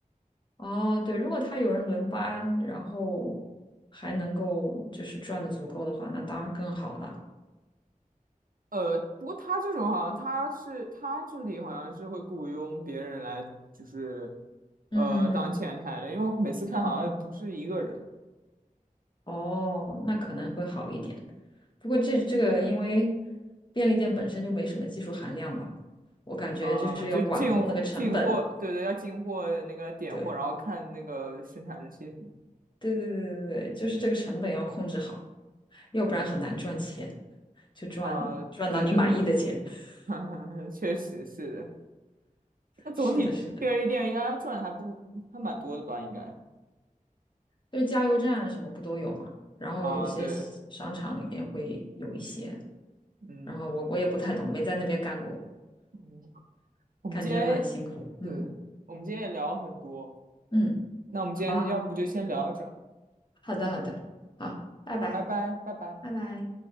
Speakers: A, on the left; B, on the right.
A: 哦，对，如果他有人轮班，然后还能够就是赚的足够的话，那当然更好了。
B: 呃，不过他这种好像他是他这里好像是会雇佣别人来，就是呃当前台的，
A: 嗯
B: 因为我每次看好像也不是一个人。
A: 嗯，哦，那可能会好一点。不过这这个因为便利店本身就没什么技术含量吧，我感觉就是要管控那个成本。
B: 啊、就进货进货，对对，要进货那个点货，
A: 对，
B: 然后看那个生产日期什么。
A: 对对对对对，就是这个成本要控制好，要不然很难赚钱，
B: 嗯，
A: 就赚赚到你满意的钱。
B: 啊，对对，
A: <laughs>
B: <laughs> 确实是的。那总体便利店应该赚的还不还蛮多的吧？
A: 是的，是的，
B: 应该
A: 就是加油站什么不都有嘛？然后有些商场里边会有一些，
B: 啊、对，嗯
A: 然后我我也不太懂，没在那边干过，
B: 嗯，我们今天对，
A: 感觉蛮辛苦。嗯
B: 我们今天也聊了很多，
A: 嗯，
B: 那我们今天就要不就先聊着，
A: 好啊好，好的好的，好，拜拜。
B: 拜拜，拜拜。
A: 拜拜。